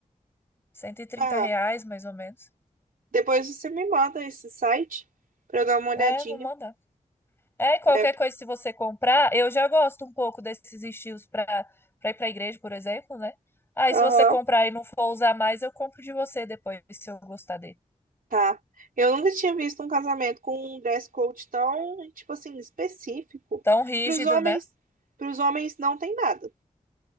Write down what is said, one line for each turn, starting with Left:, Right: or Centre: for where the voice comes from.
Left: cento e trinta
Right: Ah,
Left: reais, mais ou menos.
Right: depois você me manda esse site pra eu dar uma olhadinha.
Left: É, vou mandar. É, e qualquer
Right: É.
Left: coisa, se você comprar, eu já gosto um pouco desses estilos para para ir pra igreja, por exemplo, né? Aí,
Right: Aham.
Left: se você comprar e não for usar mais, eu compro de você depois, se eu gostar dele.
Right: Tá. Eu nunca tinha visto um casamento com um dress code tão, tipo assim, específico.
Left: Tão rígido,
Right: Para os homens,
Left: né?
Right: para os homens não tem nada.